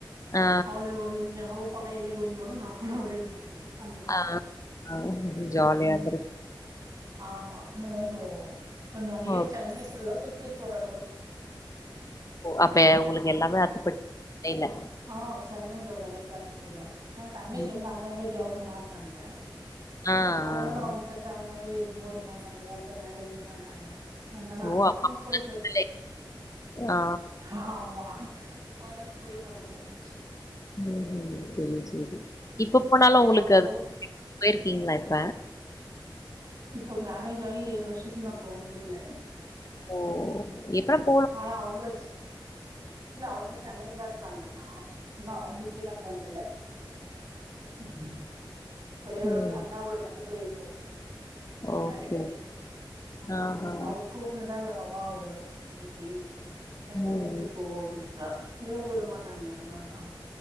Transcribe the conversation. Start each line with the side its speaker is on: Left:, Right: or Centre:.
Left: ஆ.
Right: அவளே ஒன்ன அவ போனா என்ன கூட்டிட்டு போகனு நான் போனா அவள கூட்டின்னு போகணு அந்த மாரி
Left: ஆ. ஆ. ஜாலியா
Right: ம்
Left: இருந்திருக்கும்.
Right: ஆமா அந்த மாதிரி போவோ இப்ப நெறைய
Left: ஓ
Right: சென்னைஃபுல்லா சுத்திருப்போ நாங்களா
Left: அப்பே உங்களுக்கு எல்லாமே அத்துப்படி சென்னைல
Right: ஆ சென்னையில ஒரு அளவுக்கு அத்துபடி தா ஆ தங்கச்சி
Left: ம்.
Right: வந்து அங்கங்க ஜாப் மாறுனாங்க
Left: ஆ, ஆ.
Right: அதனால அவங்க கிட்ட அவங்களாவே எக் மோர் மறுநாங்க அப்றோ வேற எங்கயோ மாறுனாங்க அதுனால
Left: ஓ!
Right: அங்கக்க போயிட்டு வருவோ
Left: அப்பாலே ஆ.
Right: ஆமா அதுனால போய் பழக்கமாயிருச்சு
Left: ம் ஹம் சேரி சேரி இப்ப போனாலு
Right: சரி
Left: உங்களுக்கு
Right: அவங்க
Left: அது போயிருக்கீங்களா இப்ப
Right: இப்ப மேரேஜ் ஆகி ஏழு வருஷத்துல நா போனதே இல்ல
Left: ஓ ஏப்பாப்
Right: ஆனா அவுங்க இஸ் இல்ல அவுங்க சென்னையில தா இருக்காங்க நா இன்னும் அவுங்க வீட்டுக்கே போனது இல்ல ம் ஒரே ஒரு
Left: ம்.
Right: வாட்டி அண்ணா கூட மட்டு போயிருக்கோ அவ
Left: ஓகே.
Right: மேரேஜ் ஆய்
Left: ஆஹா.
Right: ம் அவோ கூப்புட்டுனு தா இருக்க வா ஒரு நாளைக்கி ரெண்டு
Left: ம்.
Right: நாள் இருந்துட்டு போ அப்டின்றா இவுங்க உட மாட்டாங்க அதுனால தா